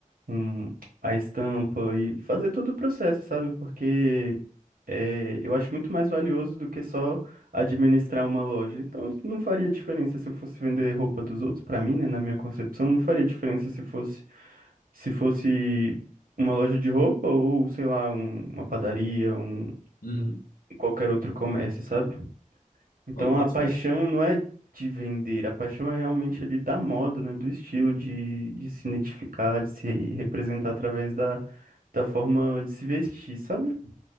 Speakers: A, on the right (about 85°); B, on the left (about 75°).
A: um, a estampa e fazer todo o processo, sabe? Porque é, eu acho muito mais valioso do que só administrar uma loja. Então, não faria diferença se eu fosse vender roupa dos outros para mim, né? Na minha concepção, não faria diferença se fosse se fosse uma loja de roupa ou, sei lá, um- uma padaria, um
B: Uhum.
A: qualquer outro comércio, sabe? Então,
B: Pô, boto
A: a paixão
B: fé.
A: não é de vender, a paixão é realmente ali da moda, né? Do estilo, de, de se identificar, de se representar através da da forma de se vestir, sabe?